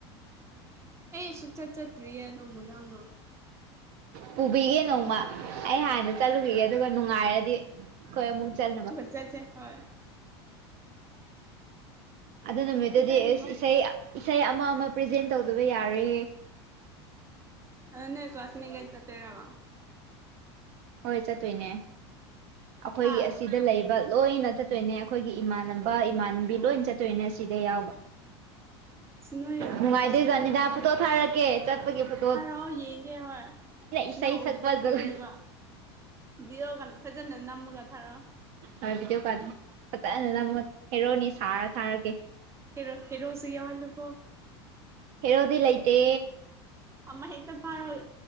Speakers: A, on the right; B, on the right.
A: ꯑꯣ ꯑꯩ ꯑꯁꯨꯛꯆꯠ ꯆꯠꯇ꯭ꯔꯤꯌꯦ ꯑꯗꯣ ꯃꯣꯏꯔꯥꯡꯗꯣ
B: ꯄꯨꯕꯤꯒꯦ ꯅꯣꯡꯃ ꯑꯩ ꯍꯥꯟꯅ ꯆꯠꯂꯨꯈꯤꯒꯦ ꯑꯗꯨꯒ ꯅꯨꯡꯉꯥꯏꯔꯗꯤ ꯑꯩꯈꯣꯏ ꯑꯃꯨꯛ ꯆꯠꯅꯕ
A: ꯆꯆꯦ ꯍꯣꯏ
B: ꯑꯗꯨ ꯅꯨꯃꯤꯠꯇꯨꯗꯤ
A: ꯑꯇꯩꯃꯛ
B: ꯑꯦꯁ ꯏꯁꯩ ꯏꯁꯩ ꯑꯃ ꯑꯃ ꯄ꯭ꯔꯖꯦꯟ ꯇꯧꯗꯕ ꯌꯥꯔꯦ
A: ꯑꯅꯦ ꯀꯥꯁꯃꯤꯒꯥꯏ ꯆꯠꯇꯔꯃ
B: ꯍꯣꯏ ꯆꯠꯇꯣꯏꯅꯦ ꯑꯩꯈꯣꯏꯒꯤ
A: ꯍꯥ
B: ꯑꯁꯤꯗ ꯂꯩꯕ ꯂꯣꯏꯅ ꯆꯠꯇꯣꯏꯅꯦ ꯑꯩꯈꯣꯏꯒꯤ ꯏꯃꯥꯟꯅꯕ ꯏꯃꯥꯟꯅꯕꯤ
A: ꯑꯣ
B: ꯂꯣꯏ ꯆꯠꯇꯣꯏꯅꯦ ꯁꯤꯗ ꯌꯥꯎꯕ
A: ꯑꯁ ꯅꯣꯏ
B: ꯅꯨꯡꯉꯥꯏꯗꯦ
A: ꯑꯁ
B: ꯖꯥꯅꯤꯗꯥ ꯐꯣꯇꯣ ꯊꯥꯔꯛꯀꯦ ꯆꯠꯄꯒꯤ ꯐ
A: ꯍꯥꯏꯔꯛꯑꯣ ꯌꯦꯡꯒꯦ ꯍꯣꯏ
B: ꯏꯁꯩ
A: ꯅꯪ
B: ꯁꯛꯄ
A: ꯎꯗꯕ ꯀꯨꯏꯔꯦꯕ
B: ꯖꯒꯣꯏ
A: ꯕꯤꯒꯌꯒ ꯐꯖꯅ ꯅꯝꯃꯨꯒ ꯊꯥꯔꯣ
B: ꯍꯣꯏ ꯚꯤꯗꯤꯑꯣ ꯀꯥ ꯐꯖꯅꯅ ꯑꯃꯨ ꯍꯥꯏꯔꯛꯑꯣꯅꯤ ꯁꯥꯔ ꯊꯥꯔꯒꯦ
A: ꯍꯦꯔꯣ ꯍꯦꯔꯣꯁꯨ ꯌꯥꯋꯥꯜꯂꯨꯀꯣ
B: ꯍꯗꯤꯂꯥꯏꯇ
A: ꯑꯃ ꯍꯦꯛꯇ ꯐꯥꯔꯣꯏ